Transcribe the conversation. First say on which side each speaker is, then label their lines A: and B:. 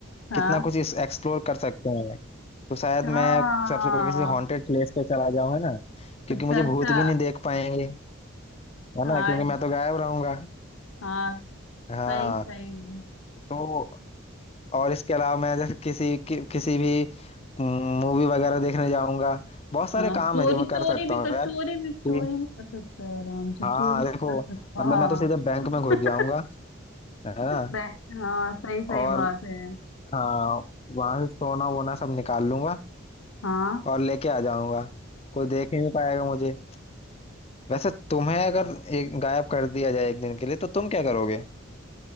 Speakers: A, on the left; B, on the left.
A: हाँ
B: कितना कुछ एक्सप्लोर कर सकते हैं तो शायद
A: हाँ
B: मैं सबसे पहले किसी हॉन्टेड प्लेस पे चला जाऊं है ना क्योंकि
A: अच्छा
B: मुझे
A: अच्छा
B: भूत भी नहीं देख पाएंगे है
A: हाँ
B: ना क्योंकि मैं तो गायब रहूंगा
A: हाँ
B: हाँ
A: सही सही
B: तो और इसके अलावा मैं जैसे किसी कि, किसी भी मूवी वगैरह देखने जाऊंगा बहुत सारे
A: हाँ
B: काम
A: चोरी
B: है जो मैं
A: चोरी
B: कर सकता
A: भी
B: हूँ
A: कर
B: यार
A: चोरी भी
B: कि-
A: चोरी भी कर सकता है आराम से
B: हाँ
A: चोरी भी
B: देखो
A: कर सकता है
B: मतलब
A: हाँ
B: मैं तो सीधे बैंक में
A: <laughs>
B: घुस जाऊंगा है ना
A: बे- हाँ सही सही
B: और
A: बात है
B: हाँ वहां से सोना वोना सब निकाल लूंगा
A: हाँ
B: और लेके आ जाऊंगा कोई देख ही नहीं पाएगा मुझे वैसे तुम्हें अगर एक गायब कर दिया जाए एक दिन के लिए तो तुम क्या करोगे